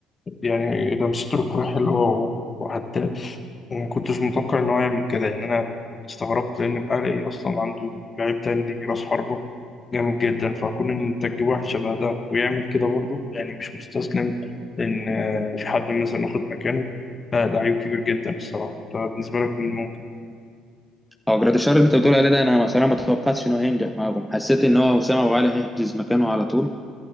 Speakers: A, on the left; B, in the centre.
A: يعني لمسته الكورة حلوة وهداف وما كنتش متوقع إن هو يعمل كده يعني أنا استغربت لأن الأهلي أصلا عنده لعيب تاني رأس حربة جامد جدا فكون إن أنت تجيب واحد شبه ده ويعمل كده برضه يعني مش مستسلم إن آه، في حد مثلا واخد مكانه لا لعيب كبير جدا الصراحة أنت بالنسبة لك مين ممكن؟
B: هو جراديشار اللي انت بتقول عليه ده انا مثلا ما توقعتش انه هينجح معاهم حسيت ان هو وسام ابو علي هيحجز مكانه على طول